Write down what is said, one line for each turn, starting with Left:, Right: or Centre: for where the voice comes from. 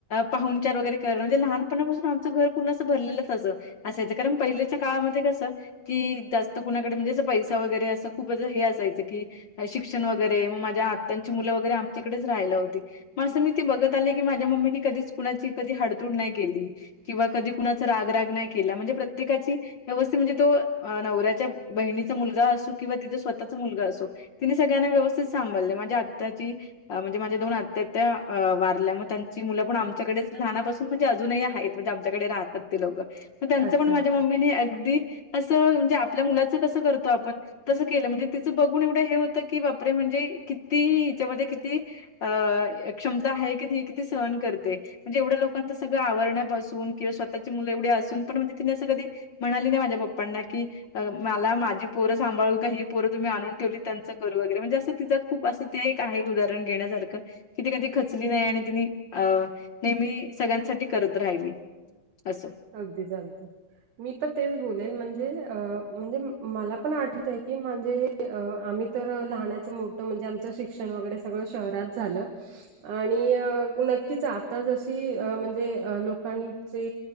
Left: पाहून उपचार वगैरे करण म्हणजे लहानपणापासून आमचं घर पूर्णं असं भरलेलंच असं असायचं कारण पहिल्याच्या काळामध्ये कसं. कि जास्त कुणाकडे म्हणजे अस पैसा वगैरे असं खूप हे असायचं की शिक्षण वगैरे मग माझ्या आत्यांची मुलं वगैरे आमच्याकडेच राहिला होती मग असं मी ते बघत आले की माझ्या मम्मीनी कधी कुणाची कधी हाडतूड नाही केली. किंवा कधी कुणाच रागराग नाही केला म्हणजे प्रत्येकाची व्यवस्थित म्हणजे तो, नवऱ्याच्या बहिणीचा मुलगा असो किंवा तिचा स्वतःचा मुलगा असो. तिने सगळ्यांना व्यवस्थित सांभाळल माझ्या आत्या ची अ म्हणजे माझ्या दोन आत्या त्या वारल्या मग त्यांची मुलं पण आमच्याकडेच लहनापासून म्हणजे अजूनही आहेत म्हणजे आमच्याकडे राहतात ते लोकं मग त्यांचं
Right: अच्छा.
Left: पण माझ्या मम्मीने अगदी असं म्हणजे आपल्या मुलाचं कसं करतो आपण? तसं केलं म्हणजे तिचं बघून एवढं हे होतं की बापरे, म्हणजे किती हिच्यामध्ये किती. अ क्षमता आहे की ती किती सहन करते. म्हणजे एवढ्या लोकांचं सगळ आवरण्यापासून किंवा स्वःची मुल एवढे असून पण म्हणजे तिने असं कधी म्हणाली नाही माझ्या पप्पांना की. मला माझी पोरं सांभाळू का ही पोरं तुम्ही आणून ठेवली त्यांचं करु वगैरे म्हणजे असं तिंच खूप अस ते एक आहे उदाहरण घेण्यासारखं कि ती कधी खचली नाही आणि तिने अ नेहमी सगळ्यांसाठी करत राहिली अस.
Right: अगदीच अगदी. मी पण तेच बोलेल म्हणजे अ म्हणजे मला पण आठत आहे की माझे अ आम्ही तर लहानाचं मोठं म्हणजे आ च शिक्षण वगैरे सगळं शहरात झाल आणी अ तीच आता जशी अ म्हणजे अ लोकांची